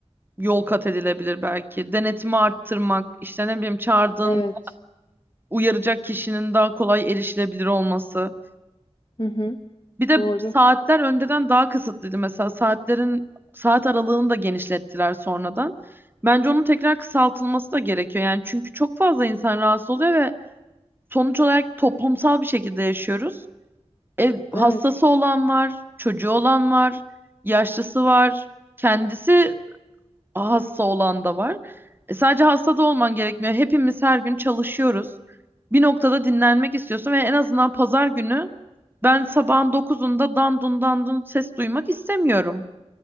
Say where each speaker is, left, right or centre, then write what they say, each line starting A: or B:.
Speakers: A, on the right; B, on the left.
A: yol kat edilebilir belki. Denetimi arttırmak, işte ne bileyim çağırdığın
B: Evet.
A: uyaracak kişinin daha kolay erişilebilir olması.
B: Hı hı.
A: Bir de
B: Doğru.
A: saatler önceden daha kısıtlıydı. Mesela saatlerin saat aralığını da genişlettiler sonradan. Bence onun tekrar kısaltılması da gerekiyor. Yani çünkü çok fazla insan rahatsız oluyor ve sonuç olarak toplumsal bir şekilde yaşıyoruz. Ev
B: Evet.
A: hastası olan var, çocuğu olan var, yaşlısı var. Kendisi hasta olan da var. E, sadece hasta da olman gerekmiyor. Hepimiz her gün çalışıyoruz. Bir noktada dinlenmek istiyorsun ve en azından pazar günü ben sabahın dokuzunda dandun dandun ses duymak istemiyorum.